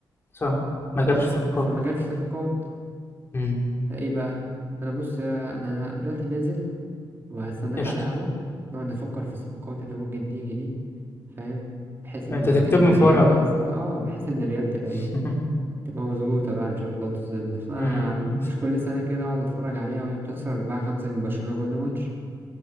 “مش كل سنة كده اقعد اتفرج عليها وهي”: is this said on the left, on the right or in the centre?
Right